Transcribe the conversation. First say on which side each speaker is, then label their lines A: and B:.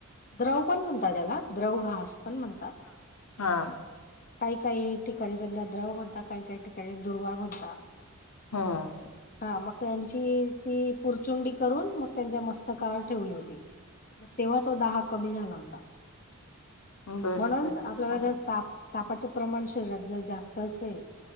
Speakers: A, on the left; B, on the left.
A: द्रव पण म्हणतात त्याला, द्रव घास पण म्हणता.
B: हां.
A: काही काही ठिकाणी त्यांना द्रव म्हणता काही, काही ठिकाणी दुर्वा म्हणता.
B: हं.
A: मग त्यांची ती पुरचुंडी करून मग त्यांच्या मस्तकार ठेवली होती. मग तेव्हा तो दाह कमी झाला होता,
B: बरोबर
A: म्हणून आपल्याला
B: हा
A: जर ता प्रमाण शरीरात जर जास्त असेल,